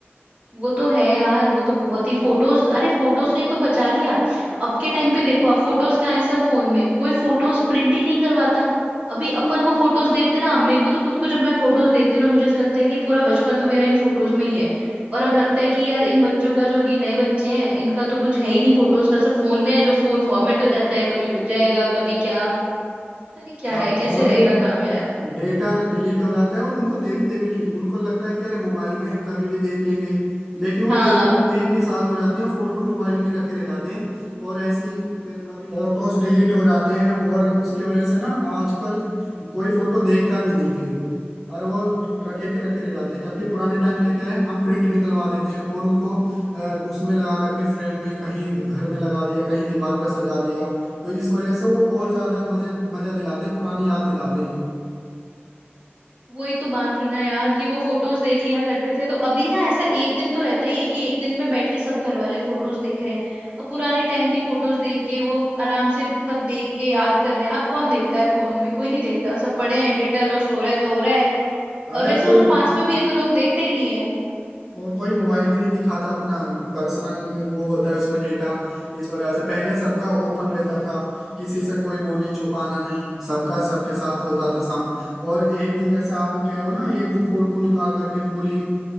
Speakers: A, on the right; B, in the centre.
A: वो तो है यार वो तो बहुत ही फोटोज अरे फोटोज नहीं तो बचा लिया अब के टाइम पे देखो आप फोटोज कहाँ है सब फोन में कोई फोटोज प्रिंट ही नहीं करवाता अभी अपन वो फोटोज देखते ना मेरे को तो खुद को जब मैं फोटोज देखती हूँ ना मुझे ऐसा लगता है कि पूरा बचपन तो मेरा इन फोटोज में ही है और अब लगता है कि यार इन बच्चों का जो अभी नए बच्चे हैं इनका तो कुछ है ही नहीं फोटोज का सब फोन में है जो फोन फॉर्मेट हो जाता है कभी उड़ जाएगा कभी क्या पता नहीं क्या
B: हाँ
A: है कैसे
B: फोन
A: रहेगा
B: भी हाँ
A: काम यार
B: डेटा डिलीट हो जाता है और उनको देखते भी नहीं उनको लगता है कि अरे मोबाइल में कभी भी देख लेंगे लेकिन वो
A: हाँ
B: देखते नहीं कई कई साल हो जाते हैं फोटो मोबाइल में ही रखे रह जाते हैं और ऐसी क- कभी या तो फोटोज डिलीट हो जाते हैं और उसकी वजह से ना आजकल कोई फोटो देखता भी नहीं फिर और वो रखे के रखे रह जाते हैं जबकि पुराने टाइम के क्या है हम प्रिंट निकलवा देते हैं और उनको अ, उसमें लगा करके फ्रेम में कहीं घर में लगा दिया कहीं दीवार पर सजा दिया तो इस वजह से वो और ज्यादा मजे मजा दिलाते हैं पुरानी याद दिलाते हैं
A: वही तो बात थी ना यार कि वो फोटोज देख लिया करते थे तो अभी ना ऐसा एक दिन तो रहता ही है कि एक दिन में बैठ के सब घर वाले फोटोज देख रहे हैं अब पुराने टाइम की फोटोज देख के वो आराम से सब देख के याद कर रहे हैं अब कौन देखता है फोन में कोई नहीं देखता सब पड़े हैं डेटा लॉस्ट हो रहा है तो हो रहा है और
B: अरे
A: वैसे
B: अब कोई
A: वो जो पास में भी है तो लोग देखते ही नहीं है
B: और कोई मोबाइल भी नहीं दिखाता अपना पर्सनल वो होता है उसमें डेटा इस वजह से पहले सबका ओपन रहता था किसी से कोई वो नहीं छुपाना नहीं सबका सबके साथ होता था सब और एक दिन जैसे आप कह रहे हो ना एक दिन फोटो निकाल करके पूरी